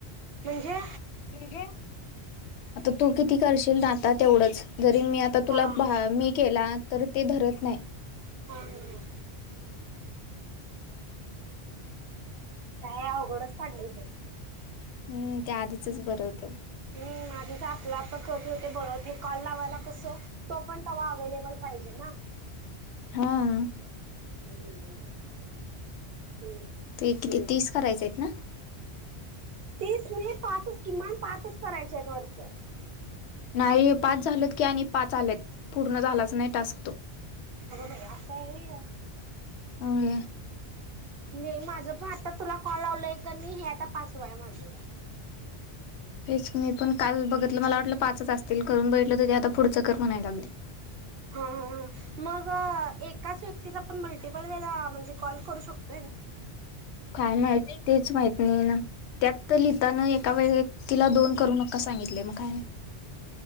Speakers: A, on the right; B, on the left.
A: म्हणजे
B: म्हणजे? आता तू किती करशील ना आता तेवढंच. जरी मी आता तुला
A: हा हा
B: भा
A: हा
B: मी
A: हा
B: केला, तर ते धरत न्हाय. <inaudible>
A: हा हा काय अव घडच काढलंय बाई.
B: हम्म त्याआधीचच बरं होतं.
A: हम्म आधीच आपलं आपलं करत होत ते बर. तो कॉल लावायला कसं तोपण तवा अवेलेबल पाहिजे ना.
B: हां.
A: <inaudible> हम्म
B: ते किती तीस करायचं आहेत ना?
A: तीत नाही, पाचच किमान पाचच करायचे आहेत वाटतं.
B: नाही पाच झालेत की आणि पाच आलेत, पूर्ण झालाच नाही टास्क तो.
A: अगं बाई असं हाय व्हय हे?
B: ओय.
A: मी माझंपण आता तुला कॉल लावलंय का नाही, हे आता पाचव आहे माझं.
B: तेच मी पण काल बघतलं, मला वाटलं पाचच असतील. करून बघितल, तर ते आता पुढचं कर म्हणाय लागलंय.
A: हा हा हा मग एक काच व्यक्तीला आपण मल्टिपल वेळेला म्हणजे कॉल करू शकतो
B: काय माहित, तेच माहित नाही ना, त्यात तर लिहितांना एका वेळेत तिला दोन करू नका सांगितलंय, मग काय?